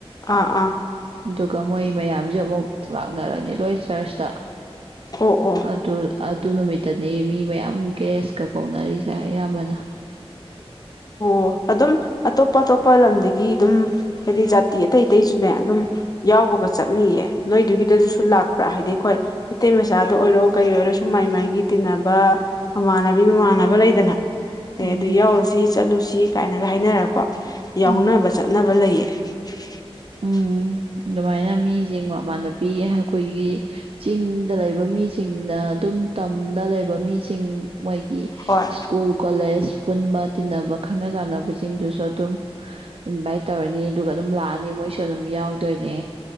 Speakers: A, on the left (about 40°); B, on the right (about 65°).
A: ꯑꯥ ꯑꯥ
B: ꯑꯗꯨꯒ ꯃꯣꯏ ꯃꯌꯥꯝꯁꯦ ꯑꯃꯨꯛ ꯂꯥꯛꯅꯔꯅꯤ ꯂꯣꯏ ꯆꯔꯆꯇ
A: ꯑꯣ ꯑꯣ
B: ꯑꯗꯨ ꯑꯗꯨ ꯅꯨꯃꯤꯠꯇꯅꯤ ꯃꯤ ꯃꯌꯥꯝ ꯒ꯭ꯦꯁꯀ ꯀꯧꯅꯔꯤꯁꯦ ꯑꯌꯥꯝꯕꯅ
A: ꯑꯣ ꯑꯗꯨꯝ ꯑꯇꯣꯞꯄ ꯑꯇꯣꯞꯄ ꯂꯝꯗꯒꯤ ꯑꯗꯨꯝ ꯍꯥꯏꯗꯤ ꯖꯥꯇꯤ ꯑꯇꯩ ꯑꯇꯩꯁꯨꯅꯦ ꯑꯗꯨꯝ ꯌꯥꯎꯕꯒ ꯆꯠꯅꯤꯡꯌꯦ ꯅꯣꯏꯗꯨꯒꯤꯗꯗꯨꯁꯨ ꯂꯥꯛꯄ꯭ꯔꯥ ꯍꯥꯏꯗꯤ ꯑꯩꯈꯣꯏ ꯃꯩꯇꯩ ꯃꯆꯥꯗ ꯑꯣꯏꯔꯣ ꯀꯔꯤ ꯑꯣꯏꯔꯣ ꯁꯨꯝ ꯃꯥꯏ ꯃꯥꯏꯒꯤ ꯇꯤꯟꯅꯕ ꯃꯃꯥꯟꯅꯕꯤ ꯃꯃꯥꯟꯅꯕ ꯂꯩꯗꯅ ꯑꯦ
B: ꯎꯝ
A: ꯑꯗꯨ ꯌꯥꯎꯔꯨꯁꯤ ꯆꯠꯂꯨꯁꯤ ꯀꯥꯏꯅꯒ ꯍꯥꯏꯅꯔꯀꯣ ꯌꯥꯎꯅꯕ
B: ꯎꯝ
A: ꯆꯠꯅꯕ ꯂꯩꯌꯦ ꯎ
B: ꯎꯝ
A: <inaudible>
B: ꯑꯗꯨꯃꯥꯏꯅ ꯃꯤꯁꯤꯡ ꯃꯃꯥꯟꯅꯕꯤ ꯑꯩꯈꯣꯏꯒꯤ ꯆꯤꯡꯗ ꯂꯩꯕ ꯃꯤꯁꯤꯡꯅ ꯑꯗꯨꯝ ꯇꯝꯗ ꯂꯩꯕ ꯃꯤꯁꯤꯡ ꯃꯣꯏꯒꯤ
A: ꯍꯣꯏ
B: ꯁ꯭ꯀꯨꯜ ꯀꯣꯂꯦꯖ ꯄꯨꯟꯕ ꯇꯤꯟꯅꯕ ꯈꯪꯅ ꯆꯥꯟꯅꯕꯁꯤꯡꯗꯨꯁꯨ ꯑꯗꯨꯝ ꯏꯟꯚꯥꯏꯠ ꯇꯧꯔꯅꯤ ꯑꯗꯨꯒ ꯑꯗꯨꯝ ꯂꯥꯛꯑꯅꯤ ꯑ ꯃꯣꯏꯁꯨ ꯑꯗꯨꯝ ꯌꯥꯎꯗꯣꯏꯅꯦ